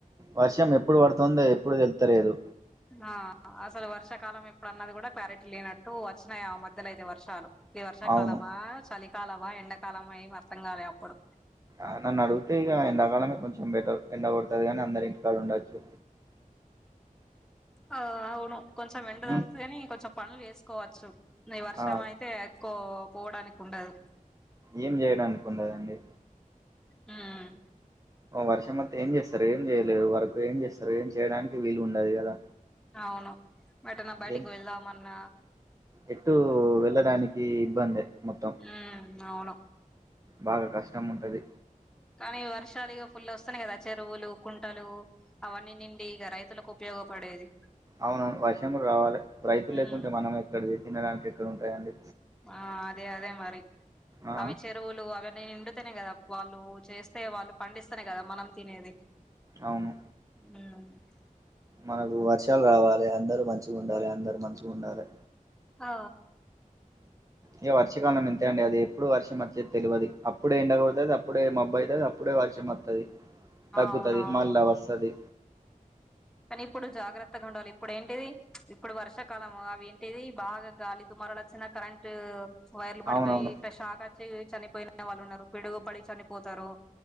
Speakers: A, on the right (about 25°); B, in the centre.
A: వర్షం ఎప్పుడు పడుతు తుందో ఎప్పుడు తెలుస్తలేదు
B: ఆ అసలు వర్షాకాలం ఎప్పుడన్నది కూడా క్లారిటీ లేనట్టు వచ్చినాయి ఆ మధ్యలో అయితే వర్షాలు ఈ వర్షాకాలమా
A: అవును
B: చలికాలమా ఎండాకాలమా ఏమి అర్థం కాలే అప్పుడు
A: ఆ నన్ను అడిగితే ఇక ఎండాకాలం ఏ కొంచెం బెటరు ఎండ కొడతది కానీ అందరు ఇంటికాడ ఉండొచ్చు
B: ఆ అవును కొంచెం ఎండ తాకుతది
A: ఉమ్
B: కాని కొంచెం పనులు చేసుకోవచ్చు న వర్షం
A: ఆ
B: అయితే ఎక్కువ పోవడానికి ఉండదు
A: ఏం చేయడానికి ఉండదండి
B: హ్మ్మ్
A: వర్షం వస్తే ఏం చేస్తారు ఏం చేయలేరు వర్క్ ఏం చేస్తారు ఏం చేయడానికి వీలు ఉండదు కదా
B: అవును మటన్నా బైటికి
A: ఏం
B: వెళ్దమన్న
A: ఎటు వెళ్ళడానికి ఇబ్బందే మొత్తం
B: ఉ అవును
A: బాగా కష్టం ఉంటది
B: కానీ వర్షాలు ఇగ ఫుల్ వస్తున్నాయి కదా చెరువులు కుంటలు అవన్నీ నిండి ఇక రైతులకు ఉపయోగ పడేది
A: అవును వర్షము రావాలి రైతులు
B: ఉమ్
A: లేకుంటే మనం ఎక్కడ తినడానికి ఎక్కడ ఉంటాయండి
B: ఆ అదే అదే మరి
A: ఆ
B: అవి చెరువులుు అవన్నీ నిం స్తే కదా వాళ్ళు చేస్తే వాళ్ళు పండిస్తేనే కదా మనం తినేది
A: అవును
B: హు
A: మనకు వర్షాలు రావాలే అందరు మంచిగా ఉండాలి అందరు మంచిగా ఉండాలే
B: ఆ
A: ఇక వర్షకాలం ఇంతే అండి అది ఎప్పుడు వర్షం వచ్చేది తెల్వది అప్పుడే ఎండ కొడతాది అప్పుడే మబ్బు అయితది అప్పుడే వర్షం వస్త తగ్గుతుది
B: అవునవును
A: మళ్ళా వస్తది
B: కానీ ఇప్పుడు జాగ్రత్తగా ఉండాలి ఇప్పుడు ఏంటిది ఇప్పుడు వర్షాకాలము అవి ఏంటిది బాగా గాలిదుమ్మ్ మరడచ్చిన కరెంట్ వైర్లు పడిపోయి
A: అవునవును
B: ఇట షాక్ వచ్చి చనిపోయిన వాళ్ళు ఉన్నారు పిడుగు పడి చనిపోతారు